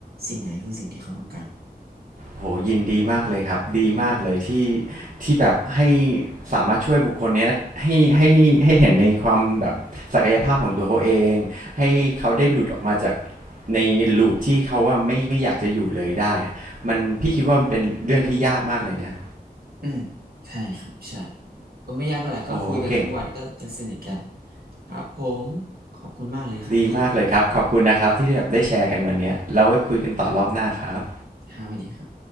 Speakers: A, on the right; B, on the right.
A: สิ่งไหนคือสิ่งที่เขาต้องการ
B: โหยินดีมากเลยครับดีมากเลยที่
A: อืมครับผม
B: ที่แบบให้สามารถช่วยบุคคลเนี้ยให้ให้ให้เห็นในความแบบศักยภาพของตัวเขาเองให้เขาได้หลุดออกมาจากในลูปที่เขาว่าไม่ไม่อยากจะอยู่เลยได้อะมันพี่คิดว่ามันเป็นเรื่องที่ยากมากเลยนะ
A: อืมอืมใช่ครับใช่ก็ไม่ยากเท่าไหร่ก็คุยกันทุกวันก็สนิทกัน
B: โอ้เก่ง
A: ครับผมขอบคุณมากเลยครับพี่
B: ดีมากเลยครับขอบคุณนะครับที่แบบได้แชร์กันวันเนี้ยแล้วไว้คุยกันต่อรอบหน้าครับ
A: ครับครับสวัสดีครับ